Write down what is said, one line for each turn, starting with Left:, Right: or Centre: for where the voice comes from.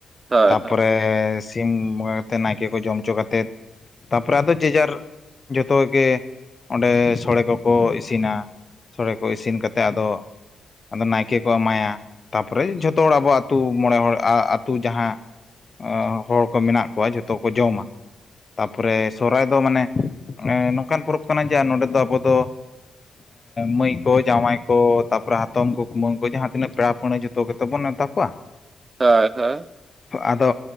Right: ᱦᱳᱭ
Left: ᱛᱟᱨᱯᱚᱨᱮ ᱥᱤᱢ ᱵᱚᱸᱜᱟ ᱠᱟᱛᱮ ᱱᱟᱭᱠᱮ ᱠᱚ ᱡᱚᱢᱪᱚ ᱠᱟᱛᱮᱜ, ᱛᱟᱯᱚᱨᱮ ᱟᱫᱚ ᱡᱮᱡᱟᱨ ᱡᱚᱛᱚ ᱜᱮ ᱚᱸᱰᱮ ᱥᱚᱲᱮ ᱠᱚᱠᱚ ᱤᱥᱤᱱᱟ, ᱥᱚᱲᱮ ᱠᱚ ᱤᱥᱤᱱ ᱠᱟᱛᱮᱫ ᱟᱫᱚ ᱟᱫᱚ ᱱᱟᱭᱠᱮ ᱠᱚ ᱮᱢᱟᱭᱟ ᱛᱟᱯᱚᱨᱮ ᱡᱷᱚᱛᱚ ᱦᱚᱲ ᱟᱵᱚ ᱟᱛᱩ ᱢᱚᱬᱮ ᱦᱚᱲ ᱟ ᱟᱛᱩ ᱡᱟᱦᱟᱸ ᱚ ᱦᱚᱲ ᱠᱚ ᱢᱮᱱᱟᱜ ᱠᱚᱣᱟ ᱡᱷᱚᱛᱚ ᱠᱚ ᱡᱚᱢᱟᱹ᱾ ᱛᱟᱨᱯᱚᱨᱮ ᱥᱚᱦᱨᱟᱭ ᱫᱚ ᱢᱟᱱᱮ ᱱᱚᱝᱠᱟᱱ ᱯᱚᱨᱚᱵᱽ ᱠᱟᱱᱟ ᱡᱮ ᱱᱚᱸᱰᱮ ᱫᱚ ᱟᱵᱚ ᱫᱚ ᱢᱟᱹᱭ ᱠᱚ ᱡᱟᱶᱟᱭ ᱠᱚ ᱛᱟᱯᱚᱨᱮ ᱦᱟᱛᱚᱢ ᱠᱚ ᱠᱩᱢᱟᱹᱝ ᱠᱚ ᱡᱟᱦᱟᱸᱛᱤᱱᱟᱹᱜ ᱯᱮᱲᱟ ᱯᱟᱺᱬᱟᱹ ᱡᱚᱛᱚ ᱜᱮ ᱛᱚ ᱵᱚᱱ ᱱᱮᱣᱛᱟ ᱠᱚᱣᱟ᱾ <inaudible>
Right: ᱦᱳᱭ ᱦᱳᱭ᱾
Left: ᱟᱫᱚ,